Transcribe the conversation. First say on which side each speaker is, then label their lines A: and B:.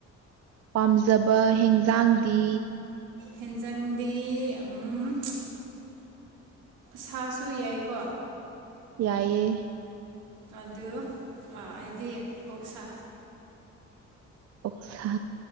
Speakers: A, on the right (about 55°); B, on the right (about 85°).
A: ꯄꯥꯝꯖꯕ ꯍꯦꯡꯖꯥꯡꯗꯤ
B: ꯍꯦꯟꯖꯪꯗꯤ ꯎꯝ ꯁꯥꯁꯨ ꯌꯥꯏꯀꯣ
A: ꯌꯥꯏꯌꯦ
B: ꯑꯗꯨ ꯑꯥ ꯑꯩꯗꯤ ꯑꯣꯛ ꯁꯥꯥ
A: ꯑꯣꯛꯁꯥ